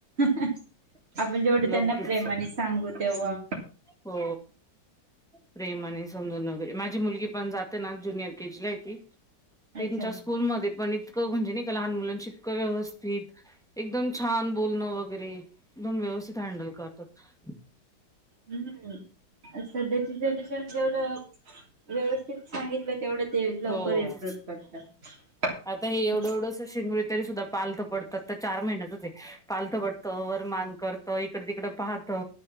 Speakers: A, on the right; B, in the centre.
A: ह आपण जेवढं त्यांना
B: लगेच
A: प्रेमाने सांगू तेव्हा
B: हो प्रेमाने समजून वगैरे, माझी मुलगी पण जाते ना ज्युनियर केजी ला आहे ती तेंच्या
A: अच्छा
B: स्कूलमध्ये पण इतक म्हणजे नाही का लहान मुलांशी इतक व्यवस्थित एकदम छान बोलणं वगैरे, एकदम व्यवस्थित हँडल करतात.
A: हम्म, सध्याचे जनरेशन जेवढं व्यवस्थित सांगितलय तेवढ ते लवकर
B: हो.
A: <inaudible> करतात, हम्म
B: आता हे <unintelligible> सुद्धा पालथ पडतात तर चार महिन्याच पालथ पडतो, वर मान करतो, इकड-तिकड पाहतो.